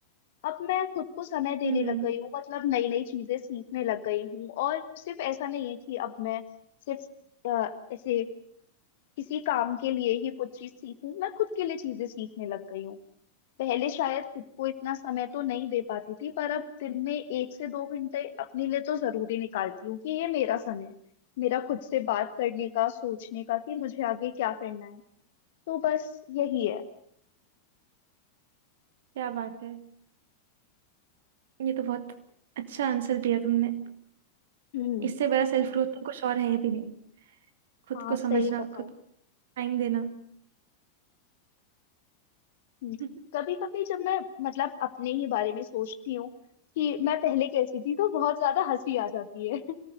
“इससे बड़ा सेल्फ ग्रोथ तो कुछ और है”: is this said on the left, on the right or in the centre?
Right